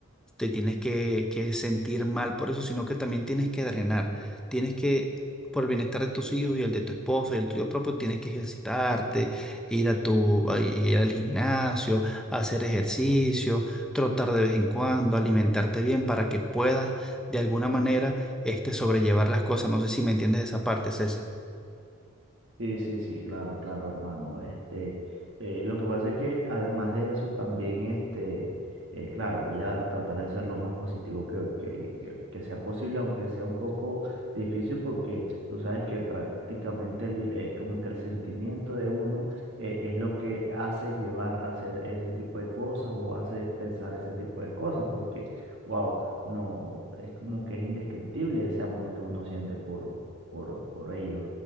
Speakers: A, in the centre; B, on the right.
A: te tienes que, que sentir mal por eso, sino que también tienes que drenar. Tienes que, por el bienestar de tus hijos y el de tu esposa y el tuyo propio, tienes que ejercitarte, ir a tu, a ir al gimnasio, hacer ejercicio, trotar de vez en cuando, alimentarte bien para que puedas de alguna manera este, sobrellevar las cosas. No sé si me entiendes esa parte, César.
B: Sí, sí, sí, claro, claro, hermano. Este, eh, lo que pasa es que además de eso también, este, eh, claro, voy a tratar de ser lo más positivo que, que, que, que sea posible, aunque sea un poco difícil, porque tú sabes que prácticamente el, eh, como que el sentimiento de uno eh, es lo que hace llevar a hacer ese tipo de cosas o hace pensar ese tipo de cosas, porque, wow, no, es como que es indescriptible ese amor que uno siente por, por, por ellos